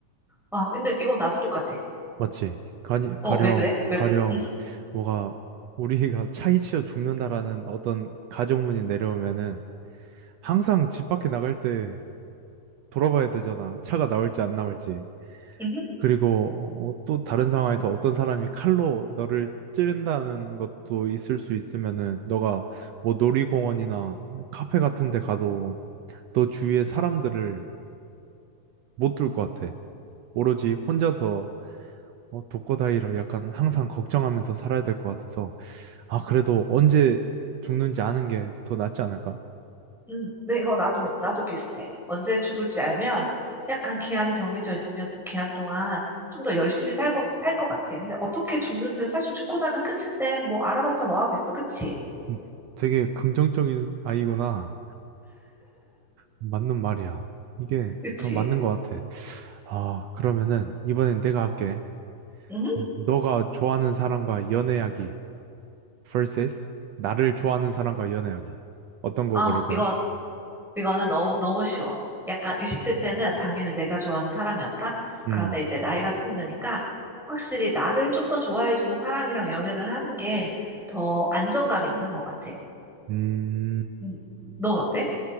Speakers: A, in the centre; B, on the right (about 75°).
A: 아, 근데 이거 나도 똑같아.
B: 맞지? 가
A: 어,
B: 가령,
A: 왜 그래? 왜
B: 가령,
A: 그래? 음,
B: 뭐가, 우리가 <laughs> 차이치어 죽는다라는 어떤 가정문이 내려오면은 항상 집 밖에 나갈 때 돌아봐야 되잖아. 차가 나올지 안 나올지.
A: 음,
B: 그리고 어, 또 다른 상황에서 어떤 사람이 칼로 너를 찌른다는 것도 있을 수 있으면은 너가 뭐 놀이공원이나 카페 같은 데 가도 너 주위에 사람들을 못 둘 것 같아. 오로지 혼자서 어, 독거다이로 약간 항상 걱정하면서 살아야 될 것 같아서. 아, 그래도 언제 죽는지 아는 게 더 낫지 않을까?
A: 음. 근데 이거 나도 나도 비슷해. 언제 죽을지 알면 약간 기한이 정해져 있으면 그 기한 동안 좀 더 열심히 살 것, 살 것 같아. 근데 어떻게 죽는지는 사실 죽고 나면 끝인데 뭐 알아봤자 뭐 하겠어. 그치?
B: 음, 되게 긍정적인 아이구나. 맞는 말이야. 이게
A: 그치?
B: 어, 맞는 것 같아. 아, 그러면은 이번엔 내가 할게.
A: 음?
B: 음, 너가 좋아하는 사람과 연애하기 vs 나를 좋아하는 사람과 연애하기. 어떤 거
A: 아,
B: 고를 거야?
A: 이건 이거는 너무, 너무 쉬워. 약간 20대 때는 당연히 내가 좋아하는 사람이었다.
B: 음,
A: 그런데 이제 나이가 조금 드니까 확실히 나를 좀 더 좋아해주는 사람이랑 연애를 하는 게 더 안정감이 있는 것 같아.
B: 음,
A: 음, 넌 어때?